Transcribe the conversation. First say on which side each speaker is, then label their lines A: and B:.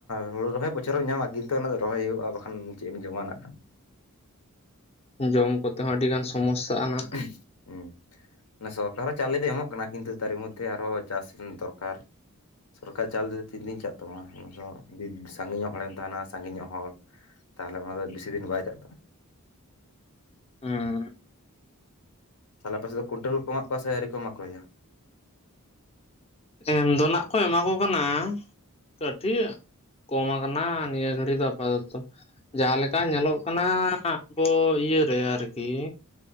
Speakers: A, on the left; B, on the left.
A: ᱦᱩᱲᱩ ᱨᱚᱦᱚᱭ <unintelligible> ᱦᱩᱨᱩ ᱵᱚᱪᱷᱚᱨᱮᱢ ᱧᱟᱢᱟ ᱠᱤᱱᱛᱩ ᱚᱱᱟ ᱫᱚ ᱨᱚᱦᱚᱭ ᱦᱩᱭᱩᱜᱼᱟ ᱵᱟᱠᱷᱟᱱ ᱪᱮᱫ ᱮᱢ ᱡᱚᱢᱟ ᱱᱟᱜᱷ-
B: ᱡᱚᱢ ᱠᱚᱛᱮ ᱦᱚᱸ ᱟᱹᱰᱤ ᱜᱟᱱ ᱥᱚᱢᱚᱥᱥᱟ ᱟ ᱱᱟᱜ-
A: <unintelligible> ᱦᱮᱸ ᱥᱚᱨᱠᱟᱨ ᱦᱚᱸ ᱪᱟᱣᱞᱮ ᱫᱚᱭ ᱮᱢᱚᱜ ᱠᱟᱱᱟ ᱠᱤᱱᱛᱩ ᱛᱟᱨᱮ ᱢᱚᱫᱽᱫᱷᱮ ᱟᱨᱦᱚᱸ ᱪᱟᱥ ᱫᱚᱨᱠᱟᱨ᱾ ᱥᱚᱨᱠᱟᱨ ᱟᱜ ᱪᱟᱣᱞᱮ ᱫᱚ ᱛᱤᱱ ᱫᱤᱱ ᱪᱟᱜ ᱛᱟᱢᱟ ᱚᱱᱟ ᱫᱚ <unintelligible> ᱥᱟᱺᱜᱤ ᱧᱚᱜ ᱦᱚᱲᱮᱢ ᱛᱟᱦᱮᱱᱟ ᱥᱟᱺᱜᱤ ᱧᱚᱜ ᱦᱚᱲ ᱛᱟᱦᱚᱞᱮ ᱚᱱᱟ ᱫᱚ ᱵᱮᱥᱤ ᱫᱤᱱ ᱵᱟᱭ ᱪᱟᱜ ᱛᱟᱢᱟ᱾
B: ᱦᱩᱸ
A: ᱛᱟᱦᱚᱞᱮ ᱟᱯᱮ ᱥᱮᱫ ᱫᱚ ᱠᱳᱱᱴᱳᱞ ᱠᱚᱠᱚ ᱮᱢᱟᱜ ᱠᱚᱣᱟ ᱥᱮ ᱟᱹᱣᱨᱤ ᱠᱚᱣᱟ ᱭᱟ᱾
B: ᱮᱢ ᱫᱚ ᱱᱟᱜᱷ ᱠᱚ ᱮᱢᱟ ᱠᱚ ᱠᱟᱱᱟ ᱠᱟᱹᱴᱤᱡ ᱠᱚᱢ ᱟᱠᱟᱱᱟ ᱱᱤᱭᱟᱹ ᱜᱷᱟᱲᱤ ᱫᱚ ᱟᱯᱟᱚᱛᱚ ᱡᱟᱦᱟᱸ ᱞᱮᱠᱟ ᱧᱮᱞᱚᱜ ᱠᱟᱱᱟ ᱟᱵᱚ <unintelligible> ᱤᱭᱟᱹ ᱨᱮ ᱟᱨᱠᱤ